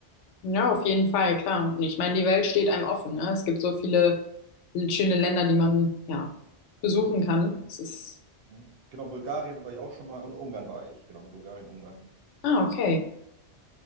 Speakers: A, on the left; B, on the right.
A: Ja, auf jeden Fall, klar. Und ich meine, die Welt steht einem offen, ne? Es gibt so viele schöne Länder, die man, ja, besuchen kann. Es ist,
B: Hm? Genau, Bulgarien war ich auch schon mal und Ungarn war ich. Genau, Bulgarien, Ungarn.
A: ah, okay.
B: War ich auch.